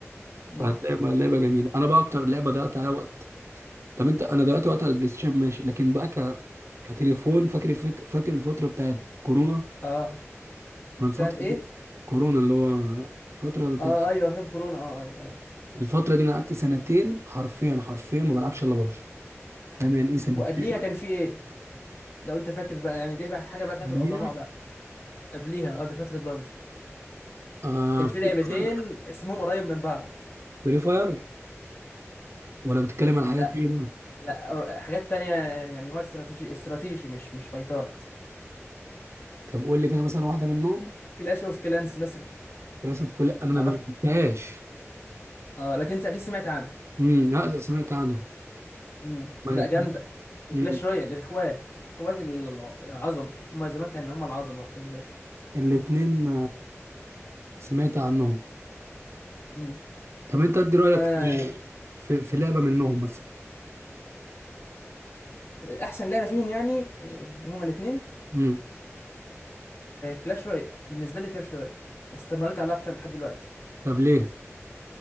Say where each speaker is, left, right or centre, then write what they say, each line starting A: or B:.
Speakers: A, on the left (about 45°); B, on the right (about 60°).
A: مم.
B: فهتلاقي بقى لعبه جميله انا بقى اكتر لعبه ضيعت عليها وقت طب انت انا ضيعت وقت على البلاي ستيشن ماشي لكن بقى ك... كتليفون فاكر الفك... فاكر الفتره بتاعت كورونا
A: اه
B: انا الفتره
A: بتاعت ايه
B: دي- كورونا اللي هو الفتره بتاعت
A: اه ايوه فترة كورونا اه ايوه آه.
B: الفتره دي انا قعدت سنتين حرفيا حرفيا ما بلعبش الا ببجي فاهم يعني ايه سنتين
A: وقبليها كان في ايه لو انت فاكر بقى يعني دي بقى حاجه بقى بتاعت
B: ببجي؟
A: العظماء بقى قبليها آه، قبل فتره بابجي
B: آه
A: كان في
B: فري
A: لعبتين
B: فاير
A: اسمهم قريب من بعض
B: فري فاير ولا بتتكلم على
A: لا
B: حاجات ايه بقى
A: لا أر- حاجات تانية يعني نوع استراتيجي استراتيجي مش مش فايتات
B: طب قول لي كده مثلا واحده منهم
A: كلاش اوف كلانس مثلا
B: كلاش اوف كل انا
A: تعرف
B: ما لعبتهاش
A: اه لكن انت اكيد سمعت عنها
B: امم لا سمعت عنها
A: مم.
B: ما
A: لا جامده
B: امم
A: وكلاش رويال الاخوات اخوات الع- العظمه هم زمان كانوا هم العظمه بحد ذاتها
B: الاثنين سمعت عنهم
A: مم.
B: طب انت ادي رايك
A: انا
B: في في, في لعبه منهم
A: مم.
B: مثلا
A: احسن لعبه فيهم يعني آه، هما الاثنين
B: امم
A: كلاش رويال بالنسبه لي كلاش رويال استمريت عليها اكتر لحد دلوقتي
B: طب ليه